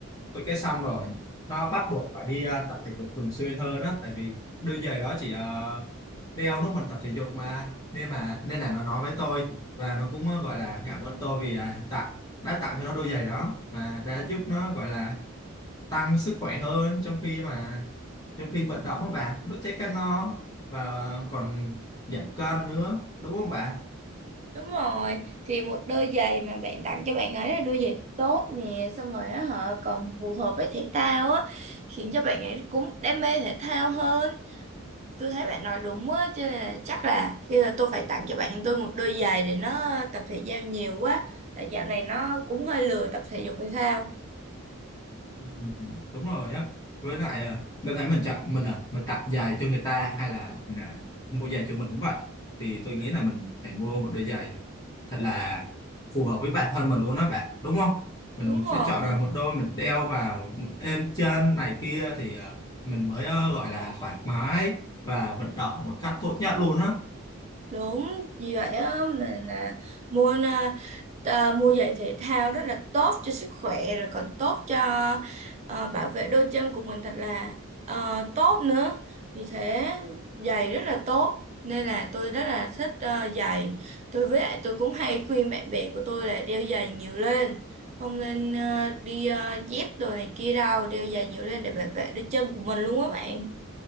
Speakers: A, on the left (about 15°); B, on the right (about 30°).
A: tôi cái xong rồi nó bắt buộc phải đi ờ, tập thể dục thường xuyên hơn á tại vì đôi giày đó chỉ ờ, đeo lúc mình tập thể dục mà nên mà nên là nó nói với tôi và nó cũng ờ, gọi là cảm ơn tôi vì à, tặng đã tặng cho nó đôi giày đó và đã giúp nó gọi là tăng sức khỏe hơn trong khi mà trong khi vận động các bạn đốt cháy calo và ờ, còn giảm cân nữa đúng không bạn
B: Đúng rồi. Thì một đôi giày mà bạn tặng cho bạn ấy là đôi giày tốt nè, xong rồi á họ còn phù hợp với thể thao á, khiến cho bạn ấy cũng đam mê thể thao hơn. tôi thấy bạn nói đúng á cho nên là chắc là khi là tôi phải tặng cho bạn tôi một đôi giày để nó tập thể giao nhiều quá tại dạo này nó cũng hơi lười tập thể dục thể thao
A: Ừ, đúng rồi á với lại à, đâu thấy mình chọn mình à mình tặng giày cho người ta hay là mình à, mua giày cho mình cũng vậy thì tôi nghĩ là mình phải mua một đôi giày thật là phù hợp với bản thân mình luôn đó bạn đúng không mình
B: đúng
A: phải
B: rồi
A: chọn là một đôi mình đeo vào mình êm chân này kia thì à, mình mới à, gọi là thoải mái và vận động một cách tốt nhất luôn á
B: đúng vì vậy á mình là mua à, mua giày thể thao rất là tốt cho sức khỏe rồi còn tốt cho à, bảo vệ đôi chân của mình thật là à, tốt nữa vì thế giày rất là tốt nên là tôi rất là thích à, giày tôi với lại tôi cũng hay khuyên bạn bè của tôi là đeo giày nhiều lên không nên à, đi à, dép đồ này kia đâu đeo giày nhiều lên để bảo vệ đôi chân của mình luôn á bạn